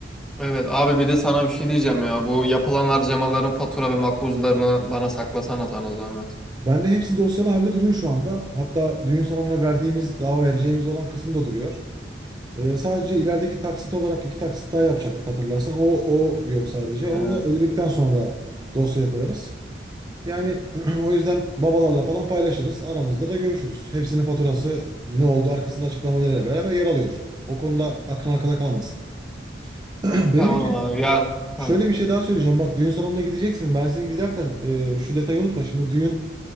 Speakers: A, in the centre; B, on the right (about 25°).
A: Evet abi bir de sana bir şey diyeceğim ya. Bu yapılan harcamaların fatura ve makbuzlarını bana saklasana sana zahmet.
B: Bende hepsi dosyalı halde duruyor şu anda. Hatta düğün salonuna verdiğimiz, daha vereceğimiz olan kısım da duruyor. Ee, sadece ilerideki taksit olarak iki taksit daha yapacaktık hatırlarsan. O, o yok sadece.
A: Evet.
B: Onu
A: Evet.
B: da ödedikten sonra dosyaya koyarız. Yani <clears throat> o yüzden babalarla falan paylaşırız. Aramızda da görüşürüz. Hepsinin faturası ne oldu arkasında açıklamalarıyla beraber yer alıyor. O konuda aklın arkada kalmasın. <clears throat> Benim
A: Tamam
B: için
A: abi ya. Ha.
B: şöyle bir şey daha söyleyeceğim. Bak düğün salonuna gideceksiniz. Ben sizin gidersen e, şu detayı unutma. Şimdi düğün